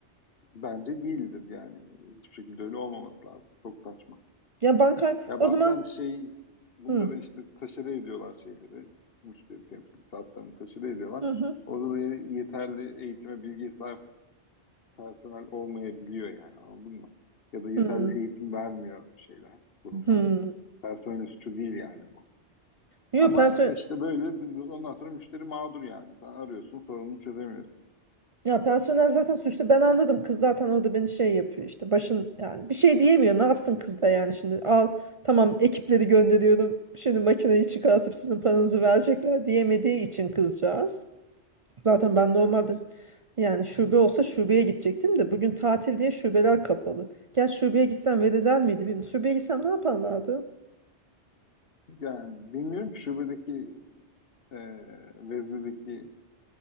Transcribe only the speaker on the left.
Bence değildir yani. Hiçbir şekilde öyle olmaması lazım. Çok saçma.
Ya
bazen
şey bunları
işte taşere ediyorlar şeyleri. Müşteri temsilcisi hatlarını taşere ediyorlar.
Orada da yeterli eğitime bilgiye sahip personel olmayabiliyor yani anladın mı? Ya da yeterli
eğitim vermiyor şeyler, kurumlar.
Personel suçu değil yani bu.
Ama
işte böyle bir- ondan sonra müşteri mağdur yani. Sen arıyorsun sorununu çözemiyorsun.
Evet.
Yani bilmiyorum ki şubedeki e, veznedeki